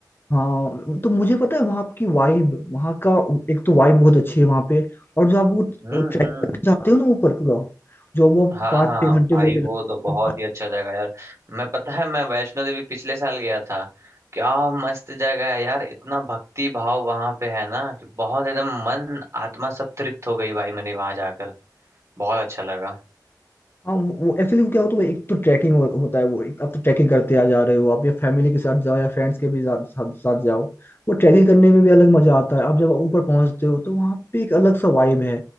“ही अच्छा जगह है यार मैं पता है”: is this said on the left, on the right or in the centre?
Right